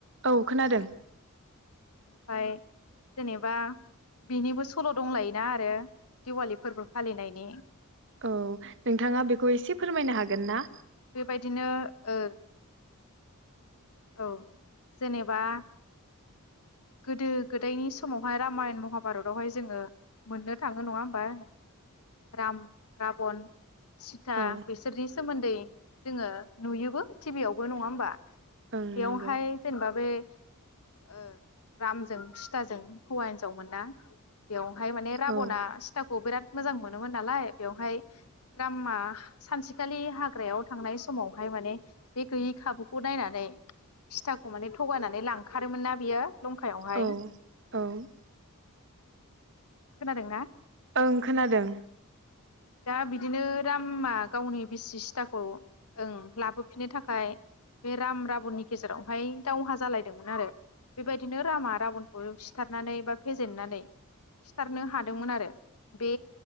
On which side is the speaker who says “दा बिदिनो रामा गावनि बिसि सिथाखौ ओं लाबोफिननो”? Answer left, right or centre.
Left